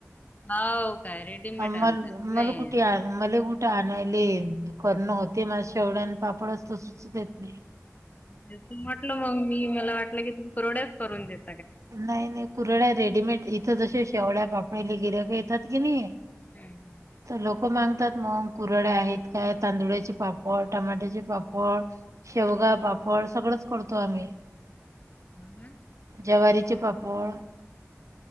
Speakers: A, on the left; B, on the right.
A: हाव काय रेडीमेट आणता
B: मल
A: नाही.
B: कुठे आण मला कुठे आणायले करणं होते मझ शेवढ्याने पापडच त सुच देत नाही.
A: ज म्हटलं मग मी मला वाटलं की तुम्ही कुरड्याच करून देत
B: नाही, नाही कुरड्या रेडीमेड इथं जसे शेवळ्या पापडले गिराइक येतात की नाही.
A: हम्म.
B: तर लोक मागतात मग कुरड्या आहेत काय, तांदुळाचे पापड, टमाट्याचे पापड शेवगा पापड सगळंच करतो आम्ही.
A: हम्म.
B: जवारीचे पापड